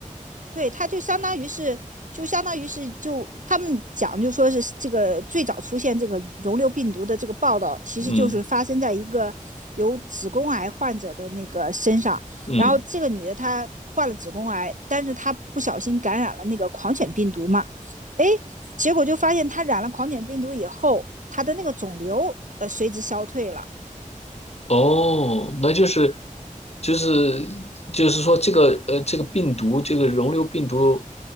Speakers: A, on the right (about 65°); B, on the left (about 50°).
A: 对，它就相当于是，就相当于是，就他们讲，就说是这个最早出现这个溶瘤病毒的这个报道，其实就是发生在一个有子宫癌患者的那个身上。
B: 嗯嗯，
A: 然后这个女的她患了子宫癌，但是她不小心感染了那个狂犬病毒嘛，哎，结果就发现她染了狂犬病毒以后，她的那个肿瘤呃随之消退了。
B: 哦，那就是就是就是说这个呃这个病毒这个溶瘤病毒